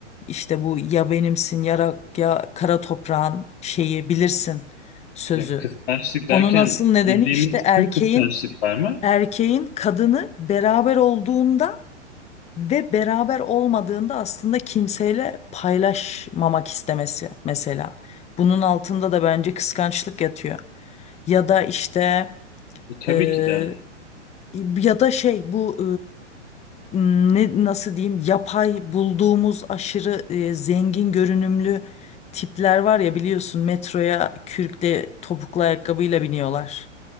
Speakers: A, on the left; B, on the left.
A: işte bu ya benimsin ya, ra- ya kara toprağın şeyi bilirsin sözü
B: Ya kıskançlık
A: onun
B: derken
A: asıl nedeni
B: bildiğimiz
A: işte erkeğin
B: tüm kıskançlıklar mı?
A: erkeğin kadını beraber olduğunda ve beraber olmadığında aslında kimseyle paylaşmamak istemesi mesela. Bunun altında da bence kıskançlık yatıyor. Ya da işte
B: E, tabii
A: e,
B: ki de.
A: ya da şey bu e, ne nasıl diyeyim yapay bulduğumuz aşırı e, zengin görünümlü tipler var ya biliyorsun metroya kürkle topuklu ayakkabıyla biniyorlar